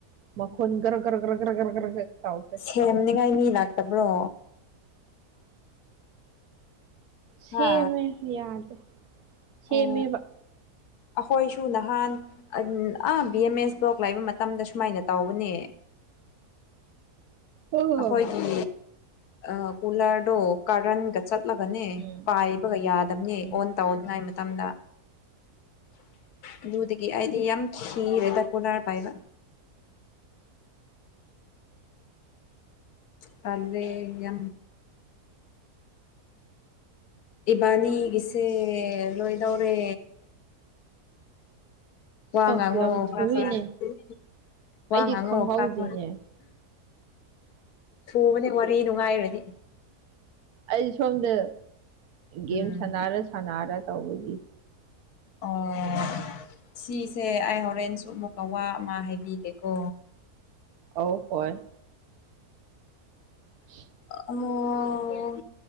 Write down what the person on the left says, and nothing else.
ꯁꯦꯝꯅꯤꯡꯉꯥꯏ ꯃꯤ ꯂꯥꯛꯇꯕ꯭ꯔꯣ
ꯍꯥ
ꯑꯣ ꯑꯩꯈꯣꯏꯁꯨ ꯅꯍꯥꯟ ꯑꯟ ꯑꯥ ꯕꯤ ꯑꯦꯝ ꯑꯦꯁ ꯕꯥꯎ ꯂꯥꯛꯏꯕ ꯃꯇꯝꯗ ꯁꯨꯃꯥꯏꯅ ꯇꯧꯕꯅꯦ꯫
ꯑꯩꯈꯣꯏꯒꯤ ꯑ ꯀꯨꯂꯔꯗꯣ ꯀꯔꯟꯒ ꯆꯠꯂꯒꯅꯦ
ꯄꯥꯏꯞ ꯍꯣꯏ ꯌꯥꯗꯕꯅꯦ
ꯑꯣꯟ ꯇꯧꯅꯤꯡꯉꯥꯏ ꯃꯇꯝꯗ ꯑꯗꯨꯗꯒꯤ ꯑꯩꯗꯤ ꯌꯥꯝ ꯈꯤꯔꯦꯗ ꯀꯨꯂꯥꯔ ꯄꯥꯏꯕ꯫ ꯇꯜꯂꯦ ꯌꯥꯝ ꯏꯕꯥꯅꯤꯒꯤꯁꯦ ꯂꯣꯏꯗꯧꯔꯦ꯫ ꯋꯥ
ꯉꯥꯡꯉꯣ
ꯈꯔ ꯈꯔ ꯇꯨꯃꯤꯟ ꯋꯥ
ꯉꯥꯡꯉꯣ
ꯈꯔ ꯈꯔ ꯊꯨꯕꯅꯦ ꯋꯥꯔꯤ ꯅꯨꯡꯉꯥꯏꯔꯗꯤ꯫
ꯎꯝ
ꯑꯣ ꯁꯤꯁꯦ ꯑꯩ ꯍꯣꯔꯦꯟꯁꯨ ꯑꯃꯨꯛꯀ ꯋꯥ ꯑꯃ ꯍꯥꯏꯕꯤꯒꯦꯀꯣ꯫
ꯑꯃꯨꯛ